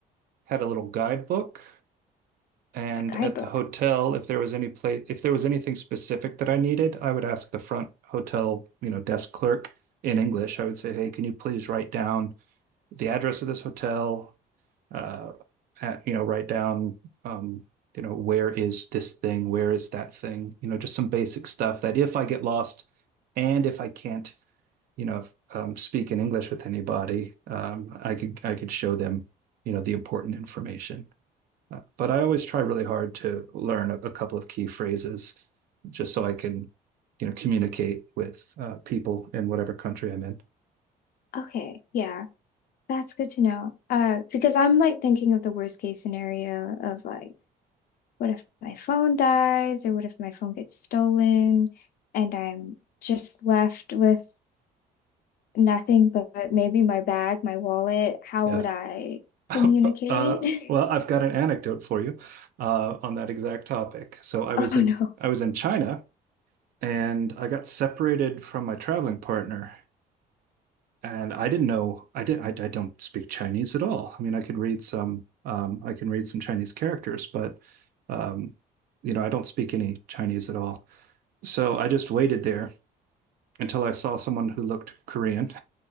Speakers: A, on the right; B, on the left.
A: had a little guidebook, and
B: a guidebook?
A: at the hotel, if there was any place, if there was anything specific that I needed, I would ask the front hotel, you know, desk clerk in English. I would say, "Hey, can you please write down the address of this hotel, uh, at, you know, write down, um, you know, where is this thing? Where is that thing? You know, just some basic stuff that if I get lost and if I can't, you know, um, speak in English with anybody, um, I could I could show them, you know, the important information. But I always try really hard to learn a, a couple of key phrases just so I can, you know, communicate with uh, people in whatever country I'm in.
B: Okay, yeah, that's good to know. Uh, because I'm like thinking of the worst case scenario of like, what if my phone dies or what if my phone gets stolen and I'm just left with nothing but maybe my bag, my wallet? How
A: Yeah.
B: would I
A: <laughs>
B: communicate?
A: Uh, well, I've
B: <laughs>
A: got an anecdote for you uh, on that exact topic. So I
B: Oh
A: was in
B: no.
A: I was in China and I got separated from my traveling partner. And I didn't know I did I, I don't speak Chinese at all. I mean, I could read some um, I can read some Chinese characters, but um, you know, I don't speak any Chinese at all. So I just waited there until I saw someone who looked Korean.